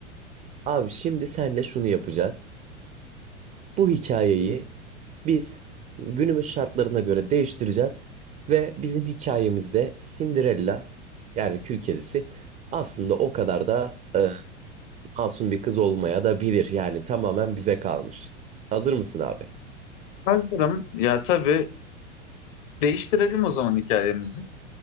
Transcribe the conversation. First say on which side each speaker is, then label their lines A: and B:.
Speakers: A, on the right; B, on the left.
A: Abi şimdi senle şunu yapacağız. Bu hikayeyi biz günümüz şartlarına göre değiştireceğiz ve bizim hikayemizde Cinderella yani Kül Kedisi aslında o kadar da e, masum bir kız olmaya da bilir. Yani tamamen bize kalmış. Hazır mısın abi?
B: Hazırım. Ya tabii değiştirelim o zaman hikayemizi.